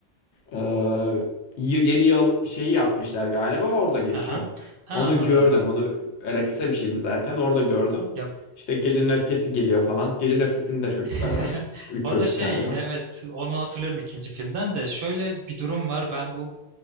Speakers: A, on the left; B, on the right.
A: e, y- yeni yıl şeyi yapmışlar galiba orada geçiyor.
B: Aha. Ha
A: Onu
B: anladım.
A: gördüm onu öyle kısa bir şeydi zaten orada gördüm.
B: Ya
A: İşte Gecenin Öfkesi geliyor falan. Gecenin öfkesinde de çocukları
B: <laughs>
A: var. Üç
B: O
A: çocuk
B: da şey
A: galiba.
B: evet onu hatırlıyorum ikinci filmden de şöyle bir durum var ben bu